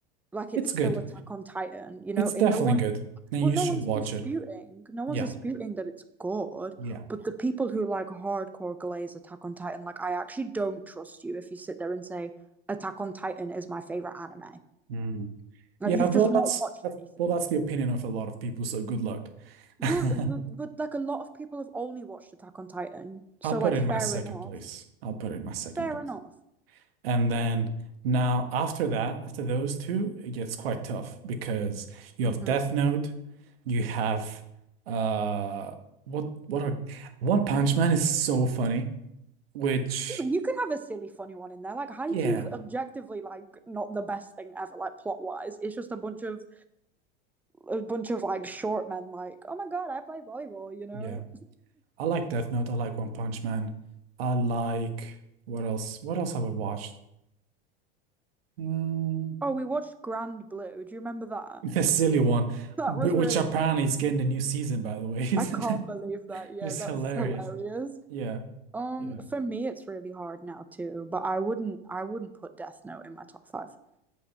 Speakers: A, in the centre; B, on the right.
A: Like it's
B: It's
A: still
B: good.
A: Attack on Titan, you know,
B: It's definitely
A: and no one,
B: good, and
A: well,
B: you
A: no
B: should
A: one's
B: watch
A: disputing,
B: it.
A: no one's
B: Yeah,
A: disputing that it's good,
B: yeah,
A: but the people who like hardcore glaze Attack on Titan, like I actually don't trust you if you sit there and say Attack on Titan is my favorite anime.
B: Mm.
A: Like
B: yeah.
A: you've
B: Well,
A: just not
B: that's,
A: watched
B: that's
A: anything.
B: well, that's the opinion of a lot of people. So good luck.
A: Well,
B: <laughs>
A: but, but like a lot of people have only watched Attack on Titan,
B: I'll
A: so
B: put
A: like
B: it
A: fair
B: in my second
A: enough,
B: place. I'll put it in my second
A: fair
B: place.
A: enough.
B: And then now after that, after those two, it gets quite tough because you
A: hmm
B: have Death Note, you have uh what what are One Punch Man is so funny, which
A: You could have a silly, funny one in there. Like Haikyuu's
B: yeah,
A: objectively like not the best thing ever, like plot wise. It's just a bunch of a bunch of like short men. Like, oh my god, I play volleyball. You know?
B: yeah. I like Death Note, I like One Punch Man. I like what else? What else have I watched? Mm,
A: Oh, we watched Grand Blue. Do you remember that?
B: the silly one,
A: That
B: wh-
A: was
B: which
A: really
B: apparently
A: funny.
B: is getting a new season, by the way, <laughs> isn't
A: I can't
B: it?
A: believe that. Yeah,
B: Which is
A: that's
B: hilarious.
A: hilarious.
B: Yeah,
A: Um,
B: yeah.
A: for me, it's really hard now too. But I wouldn't, I wouldn't put Death Note in my top five.